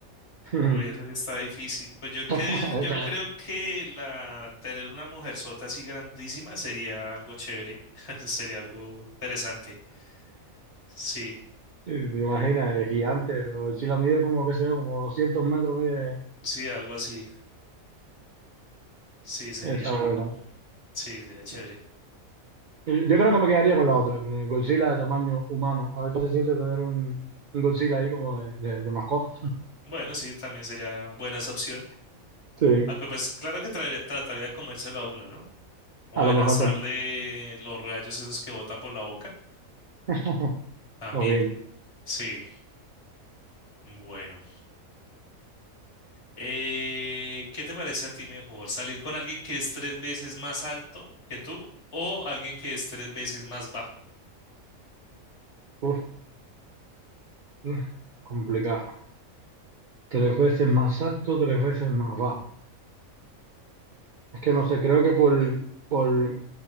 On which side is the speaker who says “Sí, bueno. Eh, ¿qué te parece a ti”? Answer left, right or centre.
Left